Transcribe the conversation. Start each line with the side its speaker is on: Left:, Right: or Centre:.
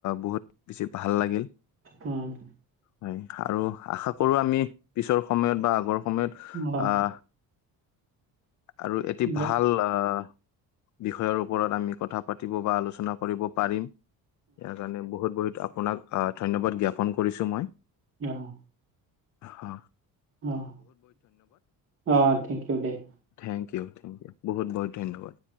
Left: বহুত বেছি ভাল লাগিল।
Right: উম'।
Left: হয়, আৰু আশা কৰোঁ আমি পিছৰ সময়ত বা আগৰ সময়ত
Right: অ'।
Left: আহ আৰু এটি
Right: উম
Left: ভাল আঁহ' বিষয়ৰ ওপৰত আমি কথা পাতিব বা আলোচনা কৰিব পাৰিম। ইয়াৰ কাৰণে বহুত-বহুত আপোনাক ধন্যবাদ জ্ঞাপন কৰিছোঁ মই।
Right: অহ'।
Left: হয়।
Right: অঁ অঁ থেংক ইউ দেই
Left: থেং ইউ থেংক ইউ বহুত বহুত ধন্যবাদ